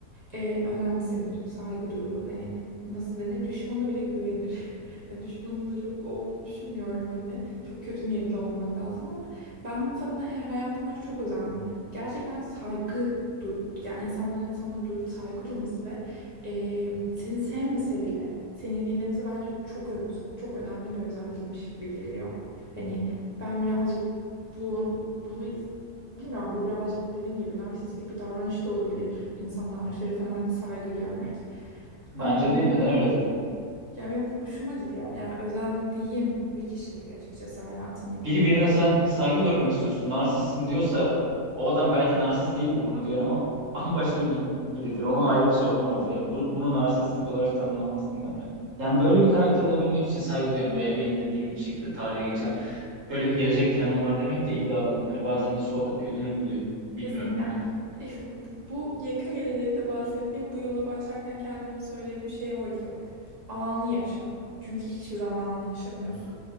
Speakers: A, on the right (about 35°); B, on the right (about 55°).
A: E, önemsenir, saygı duyulur. Hani nasıl denir? Düşmanı bile güvenir. <laughs> Yani düşmanın da çok olduğunu düşünmüyorum hani. Çok kötü niyetli olmak lazım ama ben mesela buna her hayatım boyunca çok özendim. Gerçekten saygı du ya insanların sana du- saygı duyması ve ee, seni sevmese bile seni dinlemesi bence çok ö- çok önemli bir özellikmiş gibi geliyor. Hani ben birazcık bu bunu is- bilmiyorum bu birazcık dediğim gibi narsistik bir davranış da olabilir. İnsanların şerefine hani saygı görmek.
B: Bence
A: Ama
B: değil. Neden öyle dedin?
A: ya benim hoşuma gidiyor. Yani özendiğim bir kişilik açıkçası hayatımda.
B: Biri birine sen saygı görmek istiyorsun, narsistsin diyorsa o adam belki narsist değildir bunu diyen ama <laughs> bambaşka bir biridir. Onun ayrı bir sorunu vardır ya. Bu, bunu narsistlik olarak tanımlamazdım ben. Yani böyle bir karakter olabilmek için saygı duyan veya benim dediğim şekilde tarihe geçen böyle bir gelecek planım var demek de iddialı. Hani bazen de su akıp yolunu buluyor.
A: Kesinlikle
B: Bilmiyorum yani.
A: <laughs> bu yakın gelecekte bahsettiğim bu yola başlarken kendime söylediğim şey oydu. anı yaşa. Çünkü hiçbir zaman anı yaşamıyorsun.